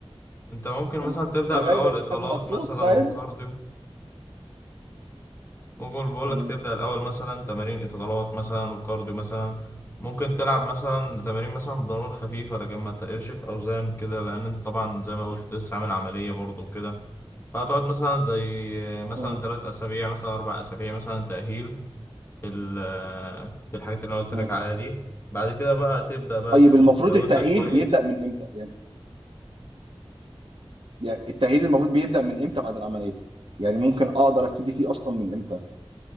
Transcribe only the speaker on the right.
انا
جاي لك
مخصوص
فاهم
مم،
مم،
مم.
طيب
المفروض
التأهيل
بيبدأ من امتى يعني يعني التغيير المفروض بيبدأ من امتى بعد العملية يعني ممكن اقدر ابتدي فيه اصلا من امتى